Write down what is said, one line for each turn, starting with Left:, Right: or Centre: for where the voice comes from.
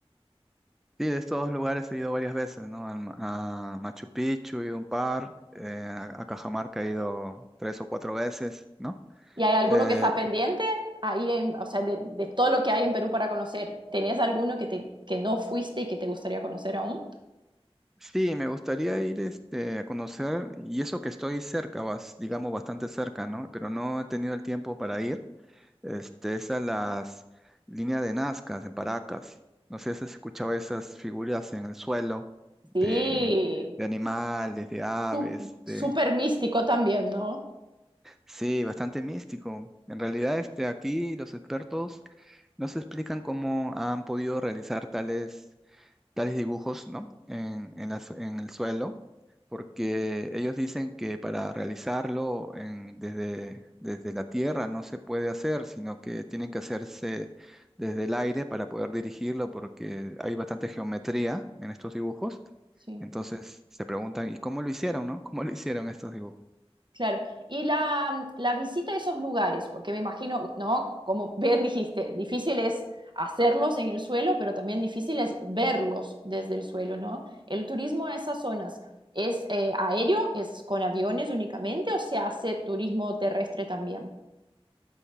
Centre: Sí, de estos lugares he ido varias veces, ¿no? Al ma- A, Machu Picchu he ido un par, eh, a, a Cajamarca he ido tres o cuatro veces, ¿no?
Right: ¿Y hay alguno
Centre: Eh,
Right: que está pendiente? Ahí en- o sea, de, de todo lo que hay en Perú para conocer, ¿tenés alguno que, te, que no fuiste y que te gustaría conocer aún?
Centre: sí, me gustaría ir este, a conocer, y eso que estoy cerca, bas- digamos bastante cerca, ¿no? Pero no he tenido el tiempo para ir. Este, esas las líneas de Nazca en Paracas. No sé si has escuchado esas figuras en el suelo de,
Right: Sí,
Centre: de animales, de aves,
Right: Sú- Súper
Centre: de...
Right: místico también, ¿no?
Centre: Sí, bastante místico. En realidad, este, aquí los expertos no se explican cómo han podido realizar tales tales dibujos, ¿no? En, en la su- en el suelo, porque ellos dicen que para realizarlo en- desde, desde la tierra no se puede hacer, sino que tienen que hacerse desde el aire para poder dirigirlo, porque hay bastante geometría en estos dibujos.
Right: Sí,
Centre: Entonces se preguntan, ¿y cómo lo hicieron, no? ¿Cómo lo hicieron estos dibujos?
Right: claro. Y la, la visita a esos lugares, porque me imagino, ¿no? Como bien dijiste, difícil es hacerlos en el suelo, pero también difícil es verlos desde el suelo, ¿no? El turismo a esas zonas, ¿es eh, aéreo? ¿Es con aviones únicamente o se hace turismo terrestre también?